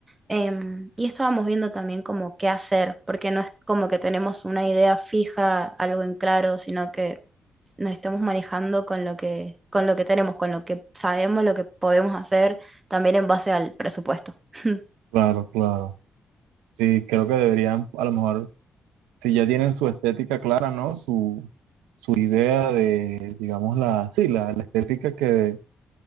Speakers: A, on the right; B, on the right.
A: em, y estábamos viendo también como qué hacer, porque no es como que tenemos una idea fija, algo en claro, sino que nos estamos manejando con lo que, con lo que tenemos, con lo que sabemos, lo que podemos hacer, también en base al presupuesto. <laughs>
B: Claro, claro. Sí, creo que deberían, a lo mejor, si ya tienen su estética clara, ¿no? Su, su idea de, digamos, la, sí, la, la estética que,